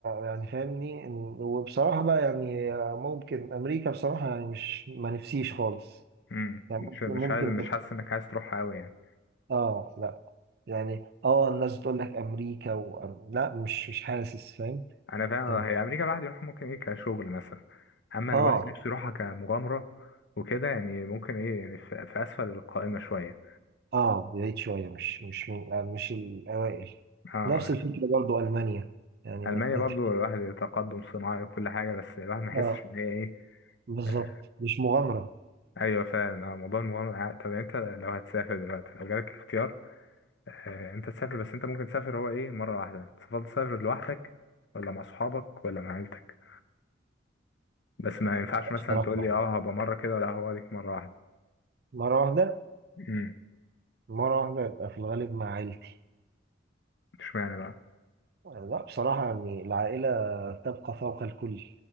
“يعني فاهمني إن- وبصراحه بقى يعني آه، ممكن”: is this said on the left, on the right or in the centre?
Right